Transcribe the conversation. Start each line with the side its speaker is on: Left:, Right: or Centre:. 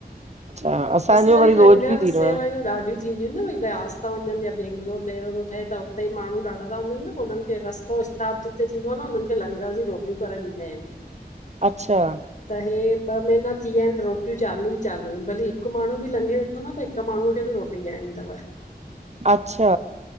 Right: अच्छा असांजो
Left: असां वरी लंगर
Right: रोज़ बि थींदो
Left: सेवायूं
Right: आहे,
Left: ॾाढियूं थींदियूं आहिनि न भई ब्यास था। वञनि या बैेंंगलोर ॾेरो थो ठहे त उते माण्हू ॾाढा था वञनि। पोइ उननि खे रस्तो किताब जिते थींदो आ न हुन्हनि खे लंगर जी रोटियूं करे ॾींदा आहिन।
Right: अच्छा?
Left: त हे ॿ महीना थी विया आहिनि रोटियूं चालू ई चालू आहिनि भली हिकु माण्हू बि लंघे वेंदो न त हिकु माण्हूअ खे बि रोटी ॾियणी तव।
Right: अच्छा।